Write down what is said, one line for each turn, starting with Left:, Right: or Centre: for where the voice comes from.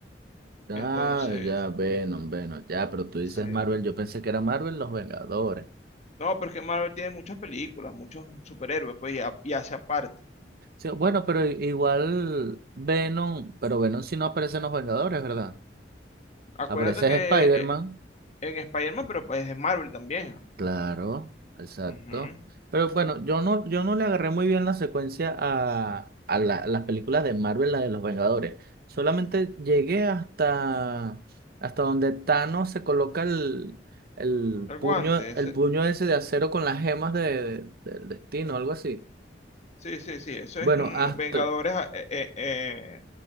Right: Ah,
Left: Entonces,
Right: ya, Venom, Venom, ya, pero tú dices
Left: sí.
Right: Marvel, yo pensé que era Marvel los Vengadores.
Left: No, pero es que Marvel tiene muchas películas, muchos superhéroes, pues, y, ha- y hace aparte.
Right: Sí, bueno, pero i- igual Venom, pero Venom si no aparece en los Vengadores, ¿verdad?
Left: Acuérdate
Right: Aparece es
Left: que
Right: Spider-Man.
Left: eh, en Spider-Man, pero pues es Marvel también. ah.
Right: Claro, exacto.
Left: Ujú.
Right: Pero bueno, yo no, yo no le agarré muy bien la secuencia a, a la- las películas de Marvel, la de los Vengadores. Solamente llegué hasta, hasta donde Thanos se coloca el, el
Left: El
Right: puño,
Left: guante, ese-
Right: el puño ese de acero con las gemas de, del destino, algo así.
Left: sí, sí, sí, eso
Right: Bueno,
Left: es en
Right: hasta.
Left: Vengadores, ah, eh, eh, eh,